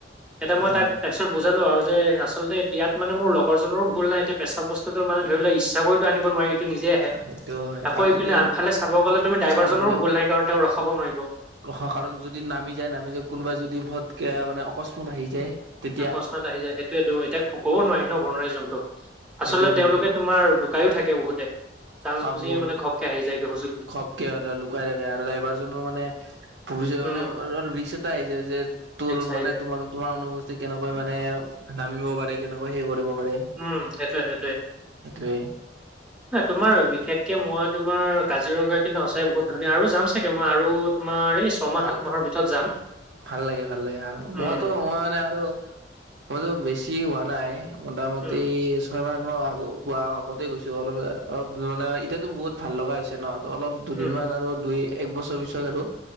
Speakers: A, in the centre; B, on the right.
A: এতিয়া মই
B: উম
A: তাক তাৰপিছত বুজালো আৰু যে আচলতে এতিয়াত মানে মোৰ লগৰজনৰো ভুল নাই এতিয়া পেচাব বস্তুটো মানে ধৰি লোৱা ইচ্ছা কৰি টো আনিব নোৱাৰি। সি নিজে আহে
B: সেইটো হয়
A: আকৌ
B: আৰু
A: ইপিনে
B: যদি
A: আনফালে চাব গ'লে তুমি ড্ৰাইভাৰজনৰো
B: চাব গ'লে
A: ভুল নাই কাৰণ তেওঁ ৰখাব নোৱাৰিব।
B: ৰখা কাৰণ যদি নামি যায় নামি যায় কোনোবা যদি ফতকে মানে অকস্মাত আহি যায়। তেতিয়া
A: আকস্মাত আহি যায় সেইটোৱেটো এতিয়া ক'ব নোৱাৰি ন' বনোৱাৰী জন্তুক।
B: সেইটোয়েতো
A: আচলতে তেওঁলোকে তোমাৰ লুকায়ো থাকে বহুতে, চাঞ্চ
B: অ
A: বুজিয়ে
B: বহুত
A: মানে ঘপকে আহি যায়গ হুচ
B: খপকে আৰু লুকাই থাকে আৰু ড্ৰাইভাৰজনো মানে পৰিচয়
A: উম,
B: মান ৰিক্স এটা আহি যায় যে তোৰ
A: ৰিস্ক আহি
B: মানে
A: যায়।
B: তোমাৰ তোমাৰ অনুপষ্ঠি কেনেকৈ মানে নামিব পাৰে কেনেকৈ সেই কৰিব পাৰে।
A: উম, সেইটোৱে সেইটোৱে।
B: সেইটোৱে
A: ন তোমাৰ বিশেষকে মই তোমাৰ কাজিৰঙা কিন্তু সঁচাই বহুত ধুনীয়া আৰু যাম চাগে মই আৰু তোমাৰ এই ছমাহ
B: ভাল,
A: সাত মাহৰ ভিতৰত যাম।
B: ভাল লাগে, ভাল লাগে আৰু
A: উম,
B: মইতো মই মানে আৰু মইতো বেছি হোৱা নাই মোটামুটি
A: উম,
B: ছয় মাহ মই আগ পোৱা আগতেই গৈছো অলপ অলপ মানে এতিয়াতো বহুত ভাল লগা হৈছে ন' অলপ দুদিনমান
A: উম,
B: আৰু দুই এক বছৰ পিছত আৰু